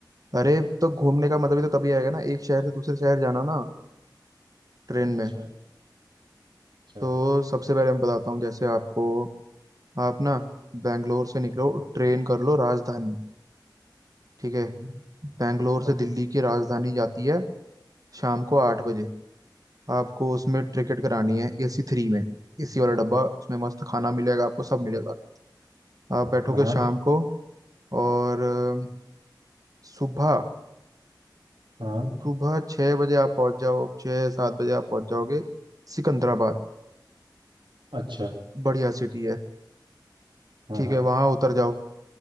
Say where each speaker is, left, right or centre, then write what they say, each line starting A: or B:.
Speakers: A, on the right; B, on the right.
A: अरे तो घूमने का मतलब ही तो तभी आएगा ना एक शहर से दूसरे शहर जाना ना ट्रेन
B: अच्छा
A: में
B: अच्छा
A: तो सबसे पहले मैं बताता हूँ जैसे आपको आप ना बैंगलोर से निकलो ट्रेन कर लो राजधानी ठीक है
B: हम्म,
A: बैंगलोर से
B: ओके
A: दिल्ली की राजधानी जाती है शाम को आठ बजे आपको उसमें टिकट करानी है एसी थ्री में एसी वाला डब्बा उसमें मस्त खाना मिलेगा आपको सब मिलेगा आप बैठोगे
B: हाँ
A: शाम को और अ, सुबह
B: हाँ
A: सुबह छः बजे आप पहुंच जाओ छः सात बजे आप पहुंच जाओगे सिकंदराबाद
B: अच्छा
A: बढ़िया सिटी है
B: हाँ
A: ठीक
B: हाँ
A: है वहाँ उतर जाओ